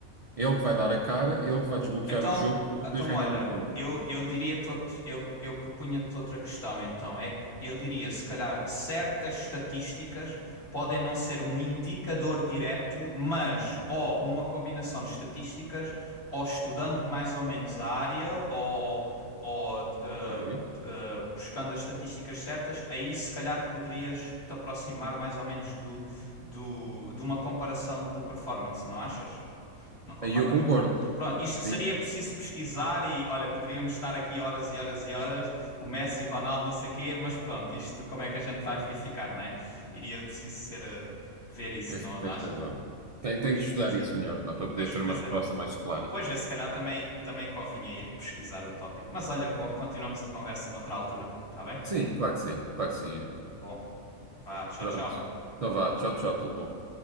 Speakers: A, on the right; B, on the left.
A: É Ele que vai dar a cara, é ele que vai desbloquear
B: Então,
A: o jogo para tu
B: então
A: poderes ganhar
B: olha,
A: a ronda.
B: eu, eu diria-te outro, eu, eu propunha-te outra questão, então. É que eu diria, se calhar, certas estatísticas podem não ser um indicador direto, mas ou uma combinação de estatísticas, ou estudando mais ou menos a área, ou, ou eh,
A: Ok.
B: eh, buscando as estatísticas certas, aí se calhar poderias te aproximar mais ou menos do, do, de uma comparação de performance, não achas? Não concordas?
A: Aí eu concordo.
B: Pronto, isto seria
A: Aí
B: preciso pesquisar e, olha, poderíamos estar aqui horas e horas e horas, o Messi, o Ronaldo, não sei o quê, mas pronto, isto como é que a gente vai verificar, não é? Iria preciso ser eh, ver isso,
A: tens,
B: não,
A: tens
B: não achas?
A: razão. Tenho,
B: Pois,
A: tenho de estudar
B: pois
A: isso
B: é.
A: melhor, pá, para poder
B: Pois,
A: ter
B: pois
A: uma resposta
B: é.
A: mais clara.
B: Pois é, se calhar também, também convinha ir pesquisar o tópico. Mas olha, co- continuamos a conversa noutra altura, tá bem?
A: Sim, claro que sim. Claro que sim, Yuri.
B: Bom, vá, tchau,
A: Pronto.
B: tchau.
A: Então vá. Tchau, tchau. Tudo bom.